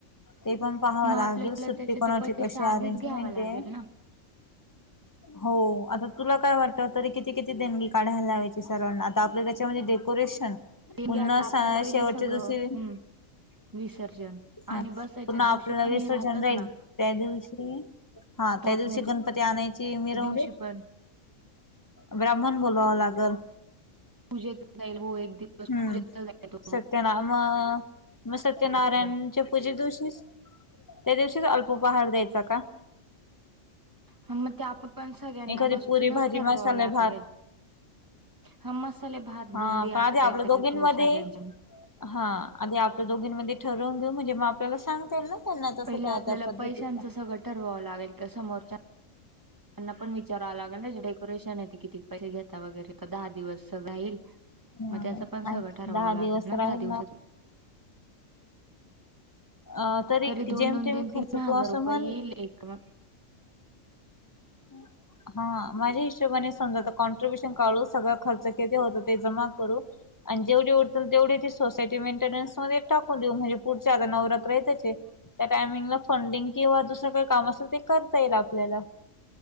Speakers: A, on the left; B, on the right.
A: ते पण पाहावं
B: मग
A: लागेल
B: आपल्याला
A: सुट्टी
B: त्याचे
A: कोणाची
B: ते पैसे
A: कशी
B: आधीच
A: अरेंजमेंट
B: घ्यावा लागेल
A: आहे.
B: ना
A: हो आता तुला काय वाट तरी किती किती देणगी काढायला लावायची? सर्वांना आता आपल्या त्याच्यामध्ये डे डेकोरेशन
B: म्हणजे
A: पुन्हा
B: आता आपल्याला पहिले
A: शेवटच्या
B: सगळं
A: दिवशी
B: हम्म विसर्जन
A: हम
B: आणि बसायच्या
A: पुन्हा
B: दिवशी
A: आपल्याला
B: पण
A: विसर्जन
B: हे राहतात
A: राहील
B: ना
A: त्यादिवशी हा
B: स्थापनेच्या
A: त्या दिवशी गणपती आणायची. कि मिरवणूक
B: दिवशी पण
A: ब्राह्मण बोलावाव लागल.
B: पूजेच जाईल हो एक दिवस
A: हम्म
B: पूजेचा जाईल होय.
A: सत्यना मग, मग सत्यनारायणच्या
B: पूजा.
A: पूजे दिवशीच. त्या दिवशीच अल्प उपहार द्यायचा का?
B: हां मग ते आपण पण सगळ्यांना
A: एखादी
B: बसूनच
A: पुरी भाजी
B: ठरवावं
A: मसाले
B: लागेल.
A: भात
B: हा मसाले भात
A: हा
B: बुंदी
A: पण आधी
B: असं
A: आपल्या
B: काहीतरी
A: दोघींमध्ये
B: ठेवू सगळ्यांच्या मध
A: हा आधी आपलं दोघींमध्येध्ये ठरवून घेऊ म्हणजे मग आपल्याला स सांगता येईल ना त्यांना तसं,
B: पहिले
A: त्या
B: आपल्याला
A: त्या पद्धतीचं.
B: पैशांचं सगळं ठरवावं लागेल का, समोरच्या. त्यांना पण विचारावं लागेल ना जे डेकोरेशन आहे ते किती पैसे घेता वगैरे तर दहा दिवस राहील.
A: हम्म
B: मग त्याचं पण सगळं
A: ऐक
B: ठरवावं
A: दहा दिवस
B: लागेल ना,
A: राहील
B: दहा दिवसाच ये.
A: अ
B: तरी दोन
A: जेमतेम
B: दोन, तीन
A: खर्च
B: तीन
A: तू
B: हजार
A: असं
B: रुपये
A: म्हण
B: येईल एक म
A: हम्म. हा माझ्या हिशेबाने समजा आता कॉन्ट्र्रीब्युशन काढू सगळा खर्च किती होत ते जमा करू. आणि जेवढी उरतील तेवढी ती सोसायटी मेंटेन्स मध्ये टाकून देऊ म्हणजे, पुढचे आता नवरात्र येतंच ये. त्या टायमिंगला फंडिंग किंवा दुसरं, काही काम असेल ते करता येईल आपल्याला.